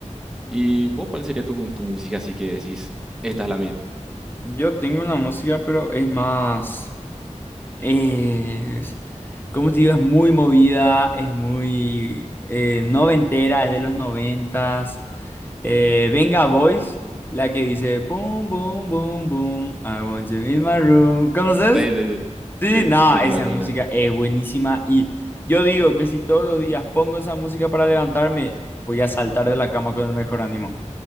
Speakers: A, in the centre; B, on the left (about 15°).
A: ¿Y vos cuál sería tu, tu música así que decís, esta es la mía?
B: Yo tengo una música, pero es más, es, como te digo, es muy movida, es muy eh, noventera, es de los noventas. Eh, Venga Boys, la que dice, boom, boom, boom, boom, I want you in my room. ¿Conoces?
A: Sí, sí, sí.
B: Sí,
A: Sí, sí,
B: no,
A: sí,
B: esa
A: conozco,
B: música
A: conozco.
B: es buenísima y yo digo que si todos los días pongo esa música para levantarme, voy a saltar de la cama con el mejor ánimo.